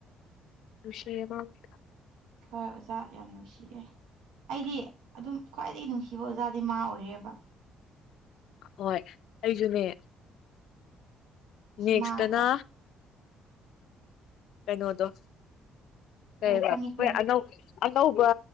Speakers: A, on the left; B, on the right.
A: ꯅꯨꯡꯁꯤꯌ‌ꯦꯃꯀꯤꯀ
B: ꯍꯣꯏ ꯑꯣꯖꯥ ꯌꯥꯝ ꯅꯨꯡꯁꯤꯌꯦ ꯑꯩꯗꯤ ꯑꯗꯨꯝ ꯈ꯭ꯋꯥꯏꯗꯒꯤ ꯅꯨꯡꯁꯤꯕ ꯑꯣꯖꯥꯗꯤ ꯃꯥ ꯑꯣꯏꯔꯦꯕ
A: ꯍꯣꯏ ꯑꯩꯖꯨꯅꯦ
B: ꯑꯁ
A: ꯅ‌ꯦꯁꯛꯇꯅ
B: ꯃꯥꯒ
A: ꯀꯩꯅꯣꯗꯣ ꯀꯩꯌ‌ꯦꯕ
B: ꯍꯣꯏ ꯈꯪꯉꯤ
A: ꯑꯈꯣꯏ
B: ꯈꯪꯉꯤ
A: ꯑꯅꯧ ꯑꯅꯧꯕ